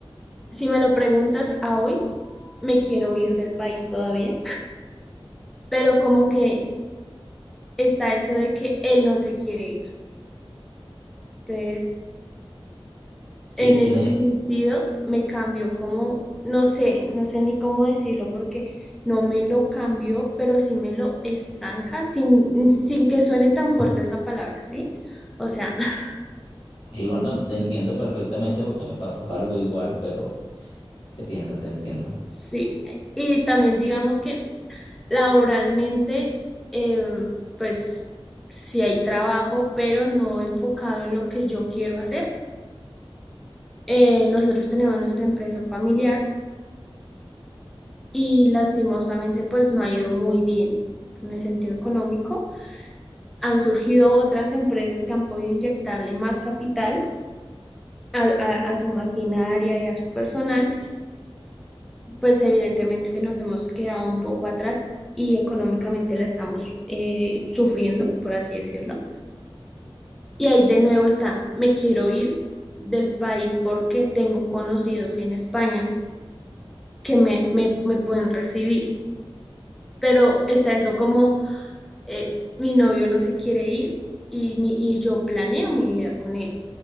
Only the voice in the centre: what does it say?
si me lo preguntas a hoy, me quiero ir del país todavía, pero como que está eso de que él no se quiere ir. Entonces,
En
ese sentido, me cambió como, no sé, no sé ni cómo decirlo, porque no me lo cambió, pero sí me lo estanca sin, sin que suene tan fuerte esa palabra, ¿sí? O sea, <laughs>
sí. Y también digamos que laboralmente, eh, pues sí hay trabajo, pero no enfocado en lo que yo quiero hacer. Eh, nosotros tenemos nuestra empresa familiar y lastimosamente pues no ha ido muy bien en el sentido económico han surgido otras empresas que han podido inyectarle más capital a, a- a su maquinaria y a su personal, pues evidentemente nos hemos quedado un poco atrás y económicamente la estamos eh, sufriendo, por así decirlo. Y ahí de nuevo está, me quiero ir del país porque tengo conocidos en España que me, me, me pueden recibir, pero está eso como eh, mi novio no se quiere ir y, mi, y yo planeo mi vida con él.